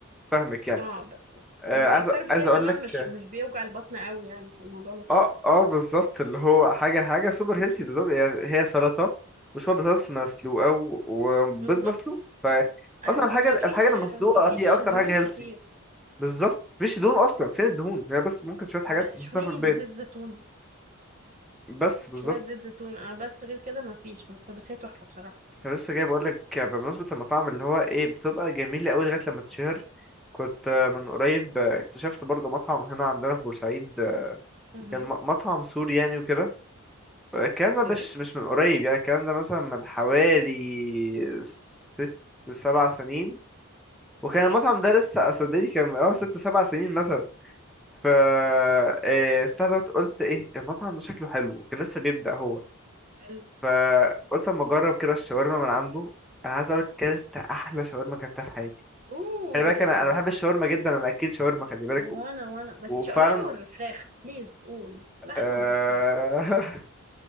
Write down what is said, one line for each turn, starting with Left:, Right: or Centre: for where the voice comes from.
Centre: فاهمك يعني
Right: اه ب...
Centre: آه
Right: بس
Centre: عايز
Right: الكارب
Centre: عايز
Right: فيها
Centre: اقول
Right: كمان
Centre: لك
Right: مش مش بيوجع البطن قوي يعني فالموضوع لطيف
Centre: اه اه بالظبط اللي هو حاجه حاجه سوبر هيلسي بالظبط هي هي سلطه وشويه بطاطس مسلوقه و- وبيض
Right: بالظبط
Centre: مسلوق ف
Right: ايوه
Centre: اصلا الحاجه
Right: ومفيش
Centre: الحاجه المسلوقه
Right: مفيش
Centre: آه، هي اكتر
Right: دهون
Centre: حاجه
Right: كتير
Centre: هيلسي بالظبط مفيش دهون اصلا فين الدهون هي بس ممكن شويه حاجات
Right: ب- شوية
Centre: بسيطه في البيض
Right: زيت زيتون
Centre: بس بالظبط
Right: شوية زيت زيتون اه بس غير كده مفيش ما بتحط بس هي تحفة بصراحة
Centre: أنا لسه جاي بقولك بمناسبة المطاعم اللي هو ايه بتبقى جميلة أوي لغاية لما تتشهر كنت آه، من قريب آه، اكتشفت برضه مطعم هنا عندنا في بورسعيد آه،
Right: امم
Centre: كان م- مطعم سوري يعني وكده آه، الكلام
Right: اوكي
Centre: ده مش مش من قريب يعني الكلام ده مثلا من حوالي ست سبع سنين
Right: اوكي
Centre: وكان المطعم ده لسه أصدقني كان من أول ست سبع سنين مثلا ف آه، بتاع دوت قلت ايه المطعم ده شكله حلو وكان لسه بيبدأ هو
Right: حلو
Centre: فقلت اما اجرب كده الشاورما من عنده انا عايز اقول لك كلت احلى شاورما كلتها في حياتي
Right: اوه
Centre: خلي بالك انا انا بحب الشاورما جدا انا اكيد شاورما خلي بالك
Right: وانا
Centre: و-
Right: وانا بس
Centre: وفعلا
Right: شو... لحمة ولا فراخ بليز قول لحمة
Centre: آه
Right: ولا فراخ
Centre: <laughs>